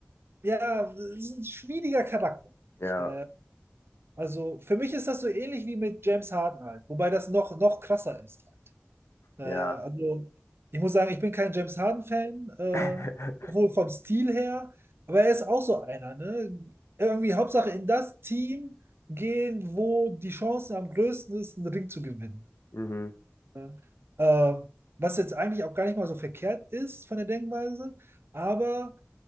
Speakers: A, on the right; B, on the left.
A: ja, es ist ein schwieriger Charakter.
B: Ja.
A: Daher, also für mich ist das so ähnlich wie mit James Harden halt, wobei das noch, noch krasser ist halt. Naja,
B: Ja.
A: also ich muss sagen, ich bin kein James Harden-Fan, äh,
B: <laughs>
A: sowohl vom Stil her, aber er ist auch so einer, ne? Irgendwie Hauptsache in das Team gehen, wo die Chancen am größten ist, einen Ring zu gewinnen.
B: Mhm.
A: Ne? Ähm, was jetzt eigentlich auch gar nicht mal so verkehrt ist von der Denkweise, aber